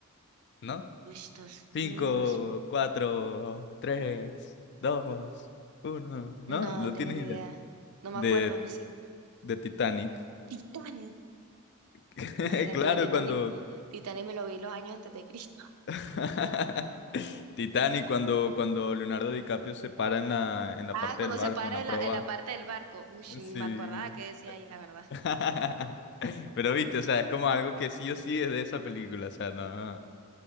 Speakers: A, on the left (about 50°); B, on the right (about 80°).
A: ¿no?
B: Uy, no, s-
A: Cinco,
B: no, s-
A: cuatro, tres, dos, uno. No,
B: no,
A: no
B: no tengo
A: tienes
B: ni
A: idea.
B: idea. No me
A: De,
B: acuerdo, no sé.
A: de Titanic.
B: Titanic.
A: <laughs>
B: Imagínate
A: Claro,
B: yo, Titanic,
A: cuando.
B: Titanic me lo vi los años antes de Cristo.
A: <laughs> Titanic, cuando, cuando Leonardo DiCaprio se para en la,
B: <laughs>
A: en la
B: ah
A: parte
B: cuando
A: del barco,
B: se para
A: en la
B: en
A: proa.
B: la, en la parte del barco. Uy, sí, ni
A: Sí.
B: me acordaba qué decía ahí, la verdad.
A: <laughs> Pero viste, o sea, es como algo que sí o sí es de esa película, o sea, no.